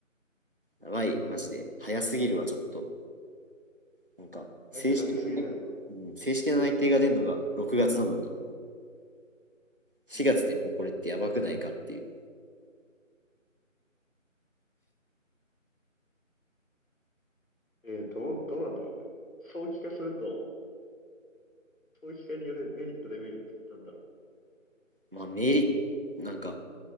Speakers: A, on the right; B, on the left.
A: やばい、マジで。早すぎるわ、ちょっと。なんか、
B: 早くなりすぎだよな。
A: 正式な、うん、正式な内定が出るのが6月なのに、4月でもうこれってやばくないかっていう。
B: うん。えー、どう、どうなんだろうね。早期化すると、早期化によるメリット、デメリットってなんだろ
A: まあ、メリット、なんか、